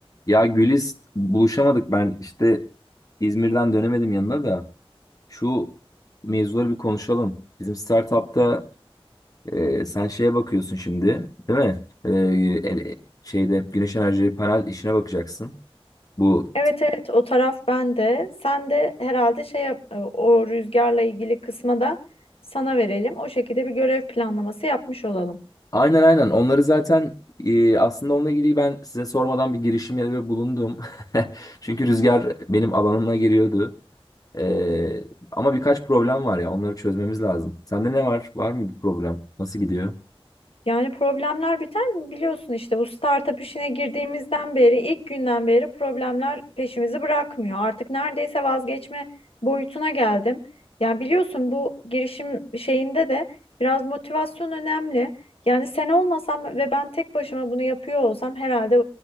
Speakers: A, on the left; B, on the left.
A: Ya Güliz buluşamadık ben işte İzmir'den dönemedim yanına da şu mevzuları bir konuşalım. Bizim startup'ta e, sen şeye bakıyorsun şimdi değil mi? E, ele- şeyde güneş enerji panel işine bakacaksın. Bu
B: Evet evet o taraf bende. Sen de herhalde şey yap- e, o rüzgarla ilgili kısma da sana verelim. O şekilde bir görev planlaması yapmış olalım.
A: aynen aynen onları zaten e, aslında onunla ilgili ben size sormadan bir girişimde bulundum. <laughs> Çünkü rüzgar benim alanıma giriyordu. E, ama birkaç problem var ya onları çözmemiz lazım. Sende ne var? Var mı bir problem? Nasıl gidiyor?
B: Yani problemler biter mi? Biliyorsun işte bu startup işine girdiğimizden beri, ilk günden beri problemler peşimizi bırakmıyor. Artık neredeyse vazgeçme boyutuna geldim. Yani biliyorsun bu girişim şeyinde de biraz motivasyon önemli. Yani sen olmasam ve ben tek başıma bunu yapıyor olsam herhalde